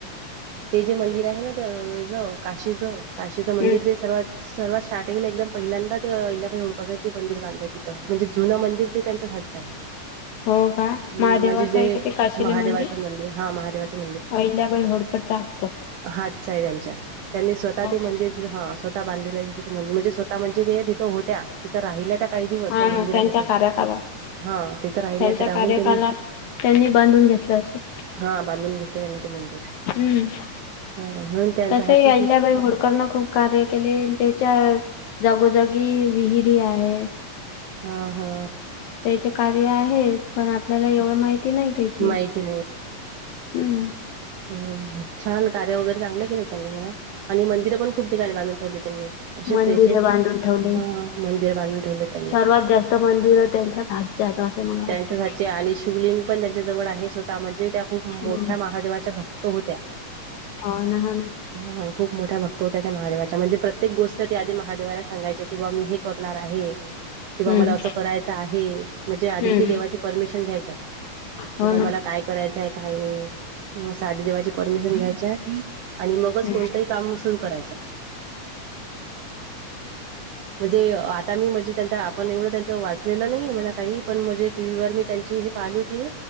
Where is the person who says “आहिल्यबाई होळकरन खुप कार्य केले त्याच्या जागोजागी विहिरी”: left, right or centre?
Left